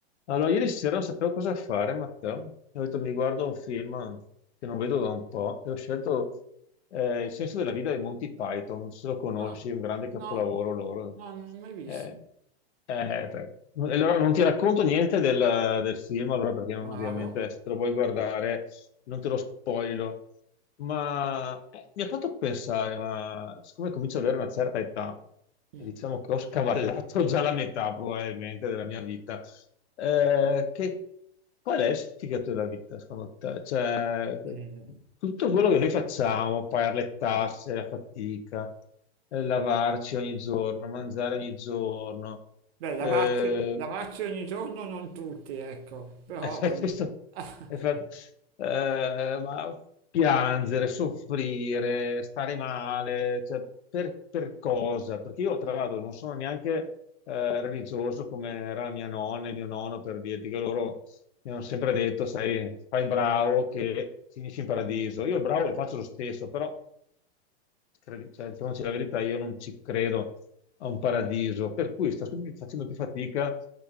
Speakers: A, on the left; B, on the right.
A: Allora, ieri sera non sapevo cosa fare, Matteo. E Ho detto mi guardo un film che non vedo da un po' e ho scelto eh, Il senso della vita dei Monty Python. Non so se lo conosci,
B: Ah,
A: è un grande capolavoro
B: no,
A: loro.
B: no, non l'ho mai visto.
A: Eh, eh, beh. E Allora non ti racconto niente del, del film, allora perché non-
B: Bravo.
A: ovviamente se te lo vuoi guardare non te lo spoilo. Ma eh, mi ha fatto pensare, ma siccome comincio ad avere una certa età,
B: Mm,
A: e diciamo che ho scavallato già la metà probabilmente della mia vita, eh, che, qual è il significato della vita, secondo te? Cioè,
B: eh,
A: tutto quello che noi facciamo, pagare le tasse, la fatica, eh, lavarci ogni giorno, mangiare ogni giorno,
B: beh, lavarsi,
A: eh,
B: lavarsi ogni giorno non tutti, ecco, però
A: <laughs>
B: vabbè.
A: Questo
B: <laughs>
A: è fatto- eh, ma piangere, soffrire, stare male, cioè, per, per cosa? Perché io, tra l'altro, non sono neanche eh, religioso come era mia nonna e mio nonno, per dirti che loro mi hanno sempre detto, sai, fai il bravo che finisci in paradiso. Io il bravo lo faccio lo stesso, però credi- cioè, diciamoci la verità, io non ci credo a un paradiso, per cui sto sempre facendo più fatica a